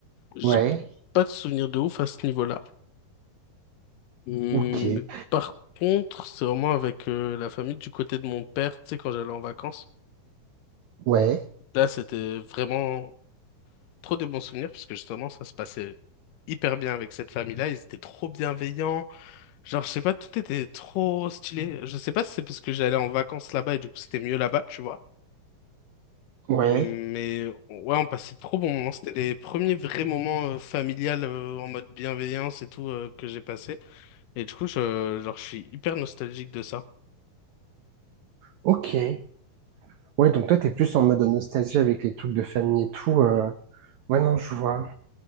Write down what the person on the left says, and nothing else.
j'ai
pas de souvenir de ouf à ce niveau-là. Hmm,
Par contre, c'est vraiment avec euh, la famille du côté de mon père, tu sais, quand j'allais en vacances.
Là, c'était vraiment trop des bons souvenirs, parce que justement, ça se passait hyper bien avec cette famille-là. Ils étaient trop bienveillants. Genre, je sais pas, tout était trop stylé. Je sais pas si c'est parce que j'allais en vacances là-bas et du coup, c'était mieux là-bas, tu vois.
Mais ouais, on passait de trop bons moments. C'était les premiers vrais moments euh, familial euh, en mode bienveillance et tout euh, que j'ai passé. Et du coup, je, genre, je suis hyper nostalgique de ça.